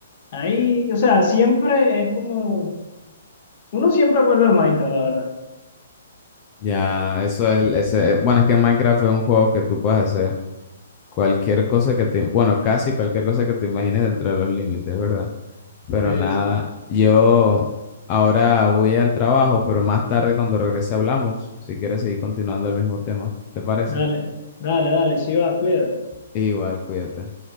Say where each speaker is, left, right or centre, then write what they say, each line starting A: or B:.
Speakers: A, on the left; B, on the left.
A: Ahí, o sea, siempre es como. Uno siempre vuelve al Minecraft, la verdad.
B: Ya, eso es, ese, bueno, es que Minecraft es un juego que tú puedes hacer cualquier cosa que te, bueno, casi cualquier cosa que te imagines dentro de los límites, ¿verdad? Pero
A: Sí,
B: nada,
A: sí.
B: yo ahora voy al trabajo, pero más tarde cuando regrese hablamos, si quieres seguir continuando el mismo tema, ¿te parece?
A: Dale, dale, dale, sí va, cuídate.
B: Igual, cuídate.